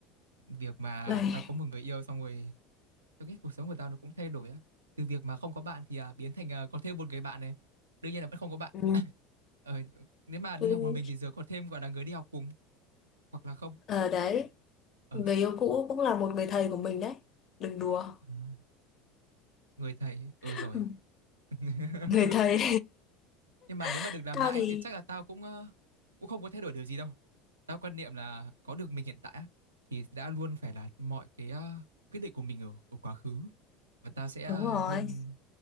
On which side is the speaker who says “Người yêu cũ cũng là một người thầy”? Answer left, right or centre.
Left